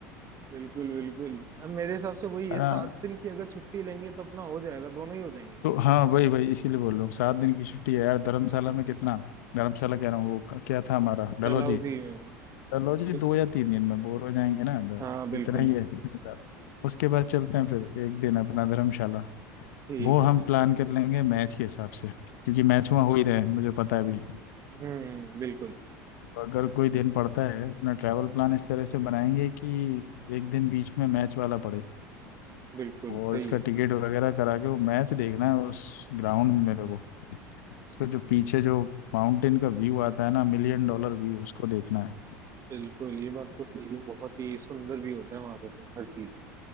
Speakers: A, on the right (about 35°); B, on the left (about 75°).
A: बिल्कुल बिल्कुल अब मेरे हिसाब से वही है
B: है ना
A: सात दिन की अगर छुट्टी लेंगे तो अपना हो जाएगा दोनों ही हो जाएंगे फिर
B: तो हाँ वही वही इसीलिए बोल रहा हूँ सात दिन की छुट्टी है यार धर्मशाला
A: हम्म,
B: में कितना धर्मशाला कह रहा हूँ वो क्या था हमारा डलहौजी
A: डलहौजी में है।
B: चलो जी
A: उस
B: दो या तीन दिन में बोर हो जाएंगे ना द-
A: हाँ बिल्कुल
B: इतना ही है इतना ज्यादा उसके बाद चलते हैं फिर एक दिन अपना धर्मशाला
A: ठीक
B: वो
A: है
B: हम
A: ठीक
B: प्लान कर लेंगे मैच के हिसाब से क्योंकि मैच वहाँ हो ही रहे हैं मुझे पता है अभी
A: हम्म बिल्कुल
B: अगर कोई दिन पड़ता है अपना ट्रैवल प्लान इस तरह से बनाएंगे कि एक दिन बीच में मैच वाला पड़े
A: बिल्कुल
B: और
A: सही
B: उसका
A: है
B: टिकट वगैरह करा के वो मैच देखना है उस ग्राउंड में मेरे को उसका जो पीछे जो माउंटेन का व्यू आता है ना मिलियन
A: हम्म,
B: डॉलर व्यू उसको देखना है
A: बिल्कुल ये बात तो सही है बहुत ही सुंदर भी होता है वहां पे तो हर चीज